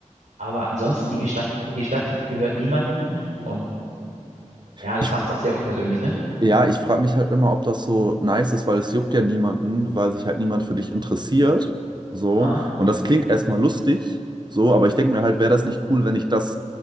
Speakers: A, on the right; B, on the right.
A: Aber ansonsten die Stadt, die Stadt gehört niemandem. Und ja, das
B: Ich,
A: macht es auch sehr unpersönlich, ne?
B: Ja, ich frage mich halt immer, ob das so nice ist, weil es juckt ja niemanden, weil sich halt niemand für dich interessiert. So.
A: Aha.
B: Und das klingt erstmal lustig, so, aber ich denke mir halt, wäre das nicht cool, wenn ich das,